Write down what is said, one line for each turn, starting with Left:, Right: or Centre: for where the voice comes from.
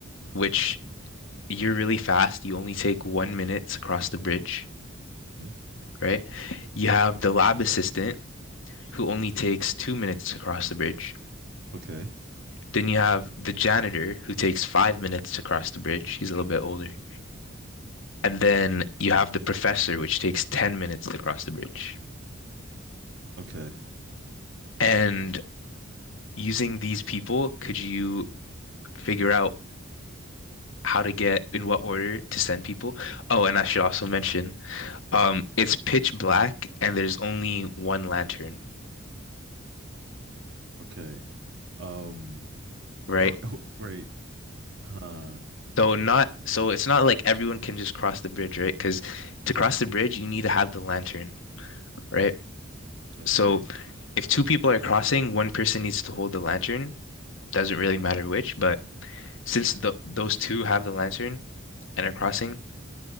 Left: which you're really fast. You only take one minute across the bridge,
Right: Mhm.
Left: right? You have the lab assistant who only takes two minutes to cross the bridge.
Right: Okay.
Left: Then you have the janitor who takes five minutes to cross the bridge. He's a little bit older. And then you have the professor, which takes 10 minutes to cross the bridge.
Right: Okay.
Left: And using these people, could you figure out how to get in what order to send people? Oh, and I should also mention, um, it's pitch black and there's only one lantern,
Right: Okay. Um.
Left: right?
Right: Oh, oh, wait. Huh.
Left: So not so it's not like everyone can just cross the bridge, right? Because to cross the bridge, you need to have the lantern, right?
Right: Okay.
Left: So if two people are crossing, one person needs to hold the lantern. Doesn't really matter which, but since the, those two have the lantern and are crossing,